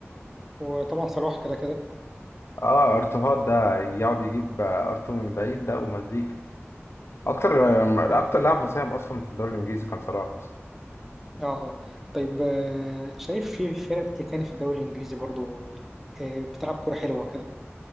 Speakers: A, in the centre; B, on the left.
A: وطبعا صلاح كده كده
B: اه ارتوهات ده يقعد يجيب آه، ارتو من بعيد ده ومزيكا اكتر آه،
A: يعني
B: اكتر لاعب مساهم اصلا في الدوري الانجليزي كان صلاح اصلا
A: اه اه طيب آه، شايف في فرق ايه تاني في الدوري الانجليزي برضه آه، بتلعب كرة حلوة كده